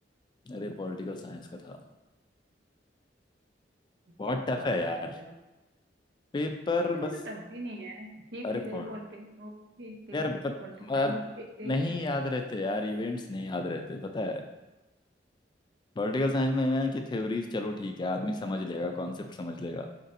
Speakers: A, on the left; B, on the right.
A: अरे पॉलिटिकल साइंस का था बहुत
B: कैसा
A: टफ
B: रहा
A: है यार
B: पेपर तेरा
A: पेपर
B: भाई इतनी
A: बस
B: तो टफ भी नहीं है ठीक
A: अरे
B: थी तेरी
A: पढ़
B: पॉलिटिक्स वो ठीक थी
A: यार पत,
B: पॉलिटिक्स
A: अब
B: साइंस ठीक थी
A: नहीं याद रहते यार इवेंट्स नहीं याद रहते पता है पॉलिटिकल साइंस में ना कि थ्योरीज चलो ठीक है आदमी समझ लेगा कॉन्सेप्ट समझ लेगा